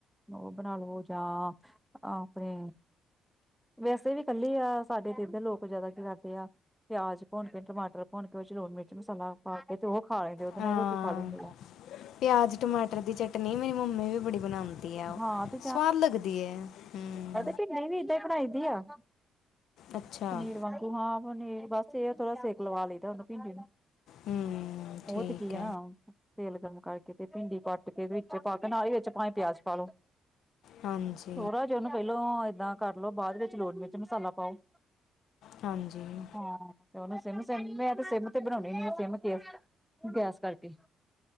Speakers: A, in the centre; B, on the left (about 75°).
A: ਉਹ ਬਣਾ ਲੋ ਜਾਂ ਆਪਣੇ ਵੈਸੇ ਵੀ ਇਕੱਲੀ ਆ ਸਾਡੇ ਤੇ ਇਧਰ ਲੋਕ ਜਿਆਦਾ ਕੀ ਕਰਦੇ ਆ। ਪਿਆਜ ਭੁੰਨ ਕੇ ਟਮਾਟਰ ਭੁੰਨ ਕੇ ਉਹ ਲੂਣ ਮਿਰਚ ਮਸਾਲਾ ਪਾ ਕੇ ਤੇ ਉਹ ਖਾ ਲੈਂਦੇ ਉਹਦੇ
B: ਹਾਂ
A: ਨਾਲ ਹੀ ਰੋਟੀ ਖਾ ਲੈਂਦੇ ਆ।
B: ਪਿਆਜ਼, ਟਮਾਟਰ ਦੀ ਚੱਟ ਪਟਨੀ ਮੇਰੀ ਮੰਮੀ ਵੀ ਬੜੀ ਬਣਾਉਂਦੀ ਆ ਉਹ
A: ਹਾਂ ਤੇ
B: ਸਵਾਦ ਲੱਗਦੀ ਹੈ, ਹਮ
A: ਭ ਨਹੀਂ ਵੀ ਇਏਦਾਂ ਹੀ ਖਣਾਾਈ ਦੀ ਆ
B: ਅੱਛਾ
A: ਪਨੀਰ ਵਾਂਗ ਤੂੰ ਹਾਂ ਬਣੀ ਬਸ ਇਹ ਥੋੜਾ ਸੇਕ ਲਵਾ ਲਏ ਭਿੰਡ ਨੂੰ,
B: ਹਮ
A: ਉਹ
B: ਠੀਕ
A: ਤੇ ਕੀ ਹੈ ਨਾ ਤੇਲ ਗਰਮ ਕਰਕੇ ਤੇ ਭਿੰਡੀ ਕੱਟ ਕੇ ਵਿੱਚ ਪਾ ਕੇ ਨਾਲ ਵਿੱਚ ਪਾਵੇਂ ਪਿਆਜ ਪਾ ਲੋੋ
B: ਹਾਂਜੀ।
A: ਥੋਰਾ ਜਿ ਉਹਨੂੰ ਪਹਿਲੋਂ ਏਦਾਂ ਕਰ ਲੋ ਬਾਅਦ ਵਿੱਚ ਲੋੜ ਮਿਰਚ ਮਸਾਲਾ ਪਾਓ।
B: ਹਾਂਜੀ‌।
A: ਹਾਂ ਤੇ ਉਅਨੂੰ ਸਿਮ- ਸਿਮ ਮੈਂ ਤੇ ਸਿਮ ਤੇ ਬਣਾਉਣੀ ਉਂਨੀ ਆਂ ਸਿਮ ਤੇ ਗੈਸ ਕਰਕੇ।